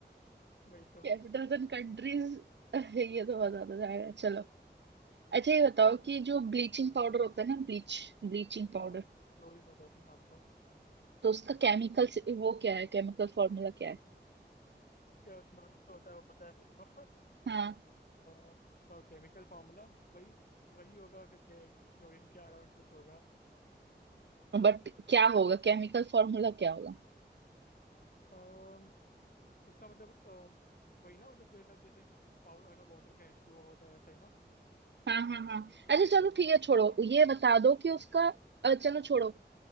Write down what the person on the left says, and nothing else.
वही तो
हम्म।
हाँ क्लोरीन होता है उसमें हाँ बताओ
क्या क्लोरीन तो होता है वो पता है मेरे को <laughs>
अ, उसका केमिकल फॉर्मूला वही वही होगा उसका के, क्लोरीन के अराउंड कुछ होगा
जो-
अम्म, उसका मतलब अ, वही ना मतलब जो है ना जैसे पावर है ना वाटर का एच टू ओ होता है वैसा ही ना
ठीक है
बता दो